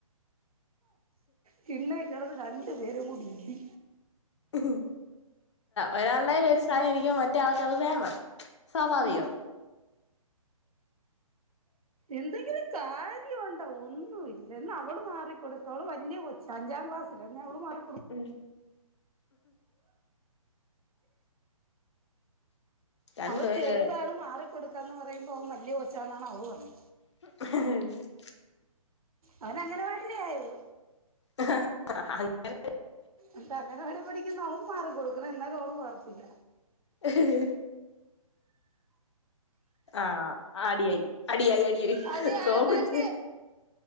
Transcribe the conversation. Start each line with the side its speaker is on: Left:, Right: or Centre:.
Right: തിണ്ണെകിടന്ന് രണ്ട് പരും കൂടി ഇടി
Left: ഉഉം ഒരാളുടെല് ഒരു സാനംരിക്കു മ്പോ മറ്റേ ആൾക്കത് വേണം സ്വാഭാവികം
Right: ആ എന്തെങ്കിലും കാര്യണ്ടോ ഒന്നുല്ല അവള് മാറിക്കൊടുക്ക അവള് വലിയ കെ ച്ച അഞ്ചാം ക്ലാസലാ അവള് മാറി
Left: ഉം രണ്ടുപേര്
Right: അവൾ ചെറുതാണ് മാറി കൊടുക്കാൻ പറയുമ്പോ അവൻ വല്ല കൊച്ചന്നാണ് അവള് പറയണെ
Left: ഉ
Right: അവൻ അംഗൻവാടിലേ ആയുള്ള
Left: ആഹ <unintelligible>
Right: എന്താ അംഗൻവാടി പഠിക്കുന്ന അവൻ മാറി കൊടുക്കണം എന്നാല്ലും അവൾ മാറത്തില്ല
Left: ഏ ആഹ് അടിയായി അടിയായി അടിയായി
Right: അടി ആ
Left: സോപിടിച്ച്
Right: തല്ല്